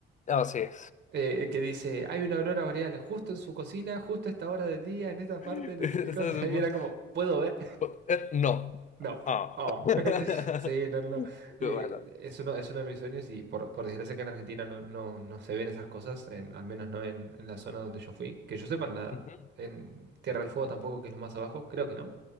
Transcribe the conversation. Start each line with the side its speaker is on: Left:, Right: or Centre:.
Left: Ah, sí.
Right: eh, que dice, hay una aurora boreal justo en su cocina, justo a esta hora del día, en esta parte,
Left: <laughs>
Right: no
Left: Eso
Right: sé qué cosa.
Left: es
Right: <laughs> Y
Left: mu-
Right: era como, ¿puedo ver?
Left: pu- eh, No.
Right: No.
Left: Ah.
Right: Oh.
Left: <laughs>
Right: <laughs> Sí, no, no, no. Eh,
Left: Pero Bueno.
Right: es uno, es uno de mis sueños y por, por desgracia que en Argentina no, no, no se ven esas cosas, en- al menos no en, en la zona donde yo fui. Que yo sepa, en, la-
Left: Ujú.
Right: en Tierra del Fuego tampoco, que es lo más abajo, creo que no.